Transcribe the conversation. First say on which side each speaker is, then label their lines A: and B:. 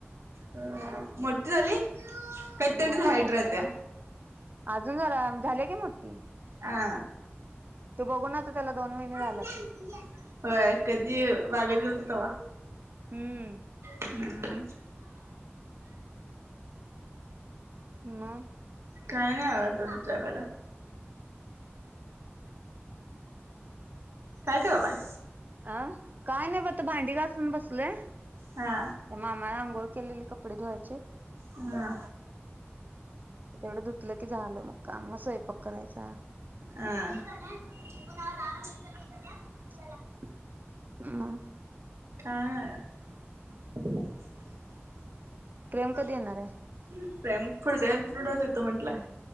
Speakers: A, on the right (about 85°); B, on the right (about 40°).
A: ह मोठी झाली. काही
B: मोठी
A: तेवढीच हाईट
B: झाल्या
A: राहत्या
B: की अजून जरा झाल्या की मोठी
A: हा
B: तू बघून
A: <inaudible>
B: त्याला दोन महिने झाला की
A: होय कधी बागेत गेलतो तवा
B: हम्म
A: हम्म
B: मं
A: काय नाय बगा तुमच्याकड काय करायलाय?
B: अं काय नाय ब आता भांडी घासून बसलोय,
A: हा
B: मामा अंघोळ केलेले कपडे धुवायचेत,
A: हा
B: तेवढे धुतलं कीं झालं मग का मं स्वयंपाक करायचा
A: आं
B: <inaudible>
A: हा <unintelligible>
B: प्रेम कधी येणार आहे
A: तो म्हंटलाय